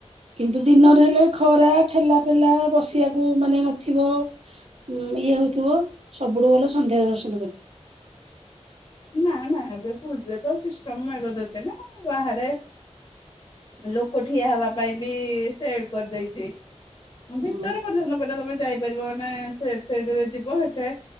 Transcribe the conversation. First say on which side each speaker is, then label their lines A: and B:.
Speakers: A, on the right (about 60°); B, on the left (about 45°).
A: କିନ୍ତୁ ଦିନରେ ହେଲେ ଖରା ଠେଲା ପେଲା ବସିବାକୁ ମାନେ ନଥିବ। ଉଁ ଇଏ ହଉଥିବ ସବୁଠୁ ଭଲ ସନ୍ଧ୍ୟାରେ ଦର୍ଶନ କରିବ।
B: ନାଁ ନାଁ ଏବେ ପୁରୀରେ ତ ସିଷ୍ଟମ୍ <unintelligible> ନା ବାହାରେ ଲୋକ ଠିଆ ହେବା ପାଇଁ ବି ସେଟ୍ କରିଦେଇଛି। ହଁ ଭିତର
A: ହୁଁ
B: ପର୍ଯ୍ୟନ୍ତ ପରା ତମେ ଯାଇପାରିବ ମାନେ ସେଡ୍ ସେଡ୍ ରେ ଯିବ ସେ